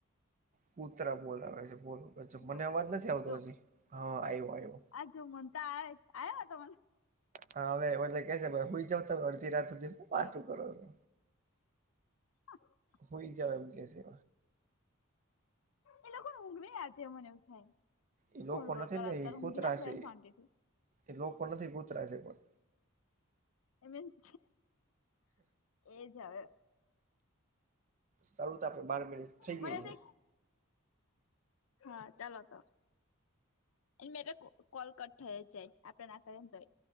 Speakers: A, on the right; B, on the left.
A: કૂતરા બોલાવે છે, બોલો અચ્છા
B: જો
A: મને અવાજ નથી આવતો
B: જો
A: હજી, હા આવ્યો, આવ્યો.
B: આ જો મન આયોને તમને.
A: હા, હવે એટલે કે છે ભાઈ હુંઈ જાવ ત અડધી રાત સુધી હું વાતું
B: જો
A: કરો છો.
B: હ.
A: હુઈ જાવ એમ કે છે.
B: એ લોકોને ઊંઘ નહી આવતી હોય મને એવું થાય.
A: એ
B: હું
A: લોકો
B: બોલ બોલ
A: નથી
B: કરે,
A: ને
B: અત્યારે
A: એ
B: ઊંઘી
A: કૂતરા
B: ન જાય
A: છે
B: શાંતીથી.
A: એ લોકો નથી કુતરા છે પણ.
B: એ મીન્સ એજ હવે.
A: સારું તો, આપડે બાર મિનિટ થઈ
B: મને
A: ગઈ છે.
B: તો હા, ચાલો તો, એની મેતે કોલ કટ થઈ જ જાય આપડે ના કરીએ તોય.